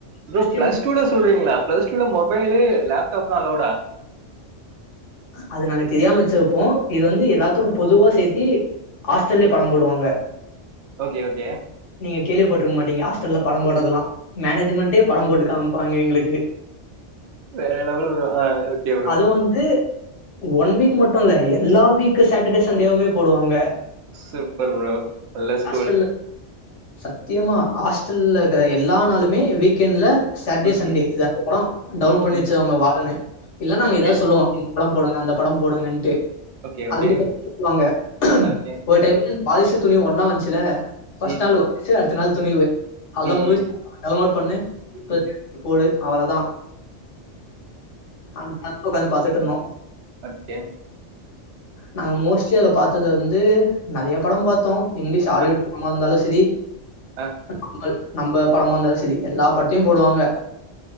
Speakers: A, on the right (about 70°); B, on the left (about 75°).
A: ப்ரோ
B: கொஸ்டின்
A: பிளஸ் டூல சொல்றீங்களா பிளஸ் டூல மொபைலு லேப்டாப்லா அலோடா
B: அது நாங்க தெரியாம வச்சுருப்போ இது வந்து எல்லாத்துக்கு பொதுவா சேத்தி ஹாஸ்டல்லயே படம் போடுவாங்க
A: ஓகே ஓகே
B: நீங்க கேள்விப்பட்டுருக்க மாட்டீங்க ஹாஸ்டல்ல பட போட்டதல்லா மேனேஜ்மெண்டே படம் போட்டு காமிப்பாங்க எங்களுக்கு
A: வேற லெவல் ப்ரோ ஆ ஓகே ப்ரோ
B: அது வந்து ஒன் வீக் மட்டு இல்ல எல்லா வீக் சேட்டர்டே சண்டேவுமே போடுவாங்க
A: சூப்பர் ப்ரோ நல்ல ஸ்கூல்
B: ஹாஸ்டல்ல சத்தியமா ஹாஸ்டல்ல இருக்கற எல்லா நாளுமே வீக்கெண்ட்ல சாட்டே
A: ம்,
B: சண்டே
A: ம்,
B: எதாவது படோ டவுன்லோட் பண்ணி
A: ம்.
B: வச்சிருவாங்க வாடனே இல்ல நாங்க
A: ஓகே,
B: ஏதாது சொல்லுவோ படம் போடுங்க அந்த படம் போடுங்கன்ட்டு
A: ஓகே,
B: <unintelligible>
A: ஓகே, ஓகே.
B: ஒரு டைமு வாரிசு துணிவு ஒன்னா வன்ச்சில்ல பர்ஸ்ட்
A: ம்,
B: நாள் வாரிசு அடுத்த நாள் துணிவு அவ்வள்தா
A: ம்,
B: முடிஞ்சு
A: ம்,
B: டவுன்லோட் பண்ணு ப
A: ம்.
B: போடு அவளதா அந்த <unintelligible> உக்காந்து பாத்துட்ருந்தோ
A: ஓக்கே
B: நாங்க மோஸ்ட்லி அதில பார்த்தது வந்து நெறைய படம் பாத்தோ இங்கிலீஷ் ஹோலிவுட்
A: அ,
B: படமா இருந்தாலு சரி
A: அ
B: <unintelligible> நம்ப படமாந்தாலு சரி எல்லா பட்டத்தியு போடுவாங்க